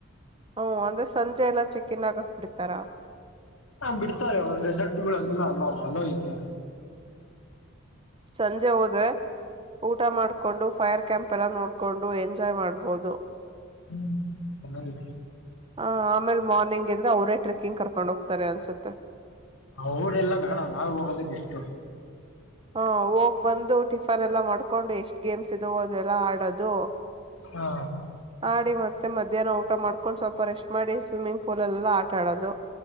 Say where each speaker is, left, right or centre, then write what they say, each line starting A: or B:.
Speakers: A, on the right; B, on the left.
A: ಹಓ ಅಂದ್ರೆ ಸಂಜೆ ಎಲ್ಲಾ ಚೆಕ್ ಇನ್ ಆಗಕ್ ಬಿಡ್ತಾರ
B: ಹಾ ಬಿಡ್ತಾರೆ ಒಂದೊ್ ರೆಸರ್ಟ್ೆಲ್ಲ ಅಲೋ ಅಲ್ಲೋ ಐತೆ
A: ಸಂಜೆ ಹೋದ್ರೆ ಊಟ ಮಾಡ್ಕೊಂಡು ಫೈರ್ ಕ್ಯಾಂಪ್ ಎಲ್ಲ ನೋಡ್ಕೊಂಡು ಎಂಜಾಯ್ ಮಾಡ್ಬೋದು
B: ಹ್ಮ್ ಚನ್ನ
A: ಹ ಆಮೇಲ್ ಮಾರ್ನಿಂಗ್ ಇದ್ರೆ ಅವರೇ ಟ್ರೆಕ್ಕಿಂಗ್ ಕರ್ಕೊಂಡ್ ಹೋಗ್ತಾರೆ ಅನ್ಸುತ್ತೆ
B: ಅವ್ಳಲ್ಲಾ ಬೇಡ ನಾವ್ ಹೋಗೋದೇ ಬಿಷ್ಟು
A: ಹಾ ಹೋಗ್ ಬಂದು ಟಿಫನ್ ಎಲ್ಲಾ ಮಾಡ್ಕೊಂಡು ಎಷ್ಟ್ ಗೇಮ್ಸ್ ಇ ಅದೆಲ್ಲಾ ಆಡೋದು
B: ಹಾ
A: ಆಡಿ ಮತ್ತೆ ಮಧ್ಯಾಹ್ನ ಊಟ ಮಾಡ್ಕೊಂಡ್ ಸ್ವಲ್ಪ ರೆಸ್ಟ್ ಮಾಡಿ ಸ್ವಿಮ್ಮಿಂಗ್ ಪೂಲ್ಲ್ಲೆಲ್ಲ ಆಟ ಆಡೋದು